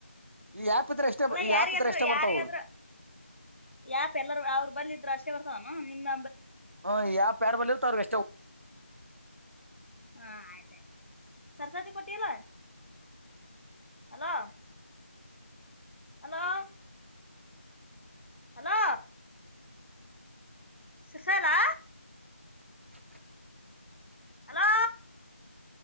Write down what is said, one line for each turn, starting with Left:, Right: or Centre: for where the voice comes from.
Right: ಈ ಆ್ಯಪ್ ಇದ್ರೆ ಎಷ್ಟೇ
Left: ಅಲ್ಲ
Right: ಈ
Left: ಯಾರಿಗಾದ್ರು
Right: ಆ್ಯಪ್ ಇದ್ರೆ ಎಷ್ಟೇ ಬರ್ತಾವು
Left: ಯಾರಿಗಾದರು ಯಾಪ ಎಲ್ಲರ ಅವರು ಬಲ್ಲಿದ್ರು ಅಶೇವರ್ ನಿಮ್ಮ
Right: ಹ ಯಾವ ಪ್ಯಾರ ಬಲ ತ ಎಷ್ಟ
Left: ಹಾ ಆಯ್ತಾಯ್ತು ಸರಸ್ವತಿ ಕೊಟ್ಟಿಲ್ವಾ hello hello hello ಸುಸಲಾ
Right: <inaudible>
Left: hello